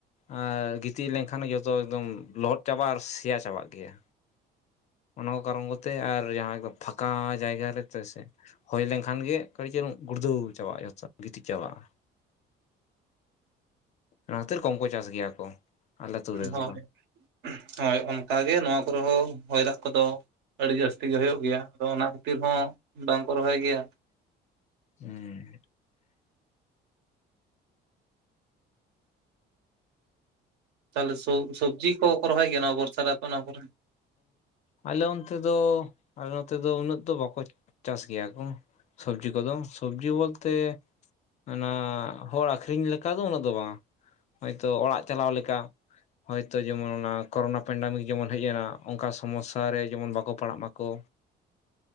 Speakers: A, on the left (about 40°); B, on the right (about 70°).
A: ᱟᱨ ᱜᱤᱛᱤᱡ ᱞᱮᱱ ᱠᱷᱟᱱ ᱡᱚᱛᱚ ᱮᱠᱫᱚᱢ ᱞᱚᱦᱚᱫ ᱪᱟᱵᱟᱜᱼᱟ ᱟᱨ ᱥᱮᱭᱟ ᱪᱟᱵᱟᱜ ᱜᱮᱭᱟ ᱚᱱᱟ ᱠᱚ ᱠᱟᱨᱚᱱ ᱠᱚᱛᱮ ᱟᱨ ᱡᱟᱦᱟᱭ ᱠᱚ ᱯᱷᱟᱸᱠᱟ ᱡᱟᱭᱜᱟ ᱨᱮ ᱛᱚ ᱥᱮ ᱦᱩᱭ ᱞᱮᱱ ᱠᱷᱟᱱ ᱜᱮ ᱠᱟᱹᱴᱤᱡ ᱪᱩᱞᱩᱝ ᱜᱩᱲᱫᱩ ᱪᱟᱵᱟᱜᱼᱟ ᱡᱚᱛᱚ ᱜᱤᱛᱤᱡ ᱪᱟᱵᱟᱜᱼᱟ᱾ ᱚᱱᱟ ᱠᱷᱟᱹᱛᱤᱨ ᱠᱚᱢ ᱠᱚ ᱪᱟᱥ ᱜᱮᱭᱟ ᱠᱚ ᱟᱞᱮ ᱟᱹᱛᱩ ᱨᱮᱫᱚ
B: ᱦᱚᱭ
A: ᱦᱚᱸ᱾
B: ᱦᱚᱭ ᱚᱱᱠᱟᱜ ᱜᱮ ᱱᱚᱣᱟ ᱠᱚᱨᱮ ᱦᱚᱸ ᱦᱚᱭ ᱫᱟᱜ ᱠᱚᱫᱚ ᱟᱹᱰᱤ ᱡᱟᱹᱥᱛᱤ ᱜᱮ ᱦᱩᱭᱩᱜ ᱜᱮᱭᱟ ᱟᱫᱚ ᱚᱱᱟ ᱠᱷᱟᱹᱛᱤᱨ ᱦᱚᱸ ᱵᱟᱝ ᱠᱚ ᱨᱚᱦᱚᱭ ᱜᱮᱭᱟ
A: ᱦᱮᱸ
B: ᱛᱟᱦᱚᱞᱮ ᱥᱚᱵ ᱥᱚᱵᱽᱡᱤ ᱠᱚ ᱠᱚ ᱨᱚᱦᱚᱭ ᱜᱮ ᱵᱚᱨᱥᱟ ᱨᱮ ᱟᱯᱮ ᱚᱱᱟ ᱠᱚᱨᱮ?
A: ᱟᱞᱮ ᱚᱱᱛᱮ ᱫᱚ ᱟᱞᱮ ᱱᱚᱛᱮ ᱫᱚ ᱩᱱᱟᱹᱜ ᱫᱚ ᱵᱟᱠᱚ ᱪᱟᱥ ᱜᱮᱭᱟ ᱠᱚ ᱥᱚᱵᱽᱡᱤ ᱠᱚᱫᱚ, ᱥᱚᱵᱽᱡᱤ ᱵᱚᱞ ᱛᱮ ᱚᱱᱟ ᱦᱚᱲ ᱟᱠᱷᱨᱤᱧ ᱞᱮᱠᱟ ᱫᱚ ᱩᱱᱟᱹᱜ ᱫᱚ ᱵᱟᱝ ᱦᱚᱭᱛᱚ ᱚᱲᱟᱜ ᱪᱟᱞᱟᱣ ᱞᱮᱠᱟ ᱦᱚᱭᱛᱚ ᱚᱲᱟᱜ ᱪᱟᱞᱟᱣ ᱞᱮᱠᱟ, ᱦᱚᱭ ᱛᱚᱡᱮᱢᱚᱱ ᱚᱱᱟ ᱠᱳᱨᱳᱱᱟ ᱯᱮᱱᱰᱟᱢᱤᱠ ᱡᱮᱢᱚᱱ ᱦᱮᱡ ᱮᱱᱟ᱾ ᱚᱱᱠᱟ ᱥᱚᱢᱚᱥᱥᱟ ᱨᱮ ᱡᱮᱢᱚᱱ ᱵᱟᱠᱚ ᱯᱟᱲᱟᱜ ᱢᱟᱠᱚ